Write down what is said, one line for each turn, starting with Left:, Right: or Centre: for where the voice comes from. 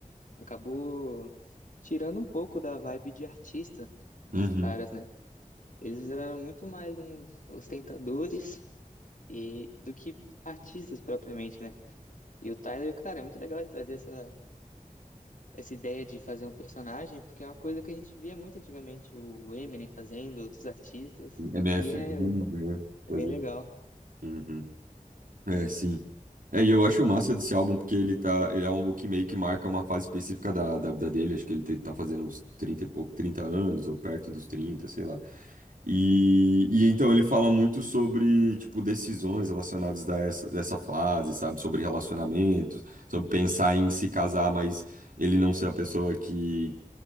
Left: Acabou tirando um pouco da vibe de artista dos
Right: Uhum.
Left: caras, né? Eles eram muito mais uns ostentadores e do que artistas propriamente, né? E o Tyler, cara, é muito legal ele trazer essa essa ideia de fazer um personagem, porque é uma coisa que a gente via muito antigamente, o Eminem fazendo, outros artistas,
Right: MF,
Left: e é,
Right: né?
Left: é
Right: Pois
Left: bem
Right: é.
Left: legal.
Right: Uhum. É, sim. É, e eu acho massa desse álbum porque ele tá, ele é um álbum que meio que marca uma fase específica da, da vida dele, acho que ele te- tá fazendo uns trinta e pouco, 30 anos ou perto dos 30 sei lá. E, e então ele fala muito sobre, tipo, decisões relacionadas a essa, dessa fase, sabe? Sobre relacionamentos, sobre pensar em se casar, mas ele não ser a pessoa que